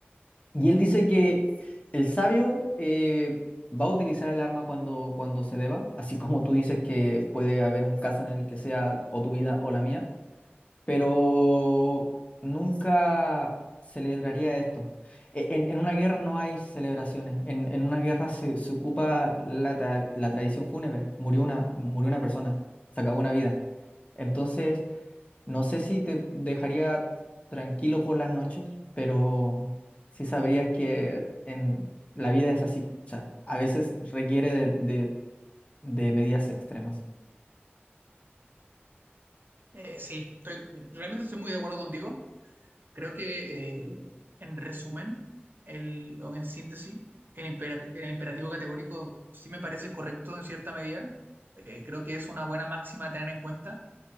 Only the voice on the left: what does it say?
Y él dice que el sabio eh, va a utilizar el arma cuando, cuando se deba, así como tú dices que puede haber un caso en el que sea o tu vida o la mía pero nunca celebraría esto. E- En, en una guerra no hay celebraciones, en, en una guerra se, se ocupa la, tra- la tradición fúnebre, murió una, murió una persona, se acabó una vida. Entonces, no sé si te dejaría tranquilo por las noches, pero sí sabrías que en, la vida es así, o sea, a veces requiere de, de de medidas extremas.